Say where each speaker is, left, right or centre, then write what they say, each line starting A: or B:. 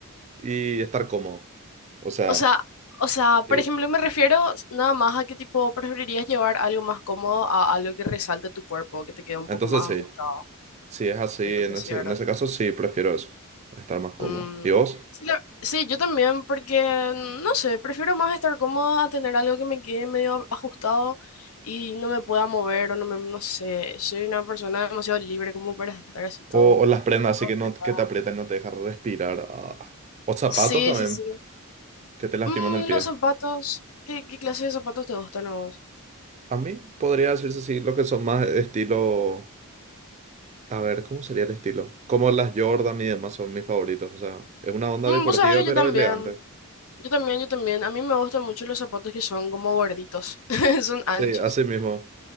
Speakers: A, on the right (about 30°); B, on the left (about 70°).
A: y estar cómodo. O sea,
B: O sea, o sea, por
A: sí.
B: ejemplo, me refiero nada más a que tipo preferirías llevar algo más cómodo a algo que resalte tu cuerpo, que te quede un
A: Entonces
B: poco más
A: sí.
B: ajustado.
A: Si es así,
B: Entonces,
A: en ese,
B: sí, ¿verdad?
A: en ese caso sí prefiero eso, estar más cómodo.
B: Mm,
A: ¿Y vos?
B: sí, la- sí, yo también, porque mm, no sé, prefiero más estar cómoda a tener algo que me quede medio a- ajustado y no me pueda mover o no me, no sé, soy una persona demasiado libre como para estar así todo,
A: O, o las prendas así
B: todo
A: que,
B: apretada.
A: no, que te aprietan y no te dejan respirar. ah. O zapatos
B: Sí,
A: también,
B: sí, sí.
A: que te lastiman
B: Mm,
A: el pie.
B: los zapatos, ¿qué, qué clase de zapatos te gustan a vos?
A: A mí podría decirse así, lo que son más estilo... A ver, ¿cómo sería el estilo? Como las Jordan y demás son mis favoritos. O sea, es una onda
B: Mm,
A: deportiva
B: vos sabés que
A: pero
B: yo también,
A: elegante.
B: yo también, yo también. A mí me gustan mucho los zapatos que son como gorditos, <laughs> son anchos.
A: Sí, así mismo,